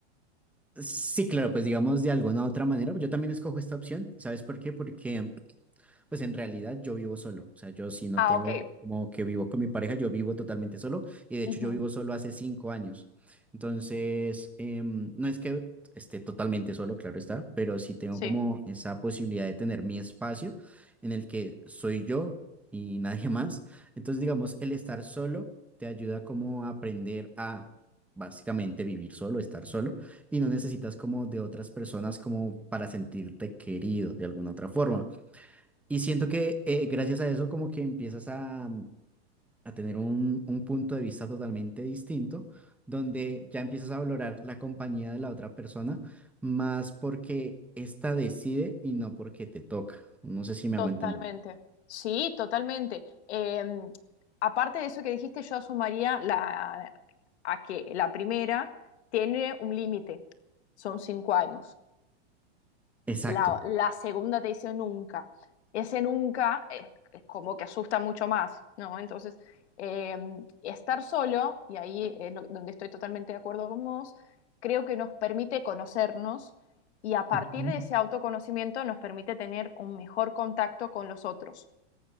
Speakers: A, in the centre; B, on the left.
A: Sí, claro, pues digamos de alguna u otra manera, yo también escojo esta opción. ¿Sabes por qué? Porque pues en realidad yo vivo solo. O sea, yo sí no
B: Ah,
A: tengo
B: ok.
A: como que vivo con mi pareja, yo vivo totalmente solo. Y de hecho
B: Ujú,
A: yo vivo solo hace cinco años. Entonces, em, no es que esté totalmente solo, claro está, pero sí tengo
B: Sí,
A: como esa posibilidad de tener mi espacio en el que soy yo y <laughs> nadie más. Entonces, digamos, el estar solo te ayuda como a aprender a básicamente vivir solo, estar solo, y no necesitas como de otras personas como para sentirte querido de alguna otra forma. Y siento que eh, gracias a eso como que empiezas a, a tener un, un punto de vista totalmente distinto, donde ya empiezas a valorar la compañía de la otra persona más porque ésta decide y no porque te toca. No sé si me
B: totalmente.
A: hago entender.
B: Sí, totalmente. Em, aparte de eso que dijiste, yo asumiría la, a que la primera tiene un límite, son cinco años.
A: Exacto.
B: La, la segunda te dice nunca. Ese nunca es, es como que asusta mucho más, ¿no? Entonces, eh, estar solo, y ahí es lo- donde estoy totalmente de acuerdo con vos, creo que nos permite conocernos y a partir
A: Ujú.
B: de ese autoconocimiento nos permite tener un mejor contacto con los otros,